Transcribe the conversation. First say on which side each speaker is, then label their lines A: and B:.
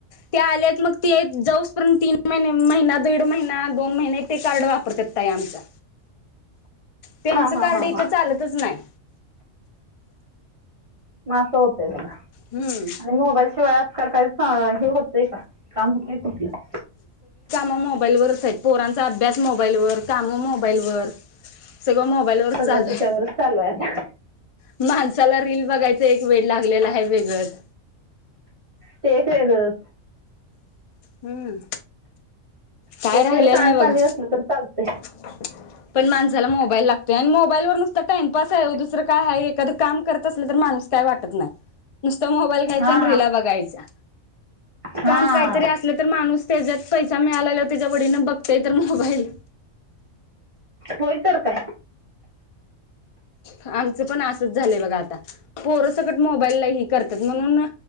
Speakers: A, on the left (about 45°); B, on the right (about 25°).
A: त्या आल्या की जाऊस पर्यन्त महिने महिना दीड महिना दोन महिने ते कार्ड वापरतात ताई आमच्या. त्यांनचं
B: हा हा
A: कार्ड
B: हा
A: इथं
B: हा
A: चालतच नाही.
B: म अस होतय बघा.
A: हम्म.
B: आणि मोबाईल शिवाय आजकाल काही हे होतय का काम होतय कुठलं.
A: मग मोबाईल वरचये. पोरांचा अभ्यास मोबाईल वर, काम मोबाईल वर, सगळ मो मोबाईल वर अच
B: सगळं
A: चालुयं.
B: त्याच्यावरच चालू आहे आता
A: माणसाला रिल बघायचा एक वेड लागलेला आहे वेगळंच
B: ते एक वेगळच‌.
A: हम्म काय
B: एक
A: राहिलेलं
B: वेळ सांडपाणी
A: नाही बघा
B: नसलं तर चालतय.
A: <inaudible> पण माणसाला मोबाईल लागतोय आणि मोबाईलवर नुसता टाइमपास आहे दुसरं काय आहे, एखादं काम करत असल तर माणूस काय वाटत नाय, नुसता मोबाईल
B: हा
A: रीला बघायच्या
B: हा
A: काम कायतरी अस तर माणूस त्याच्यात पैसा मिळाला त्याच्या वोडीनं बघतोय तर मोबाईल.
B: होय तर काय.
A: आमचं पण असच झालंय बघा आता. पोरसकट मोबाईलला हे करतात म्हणून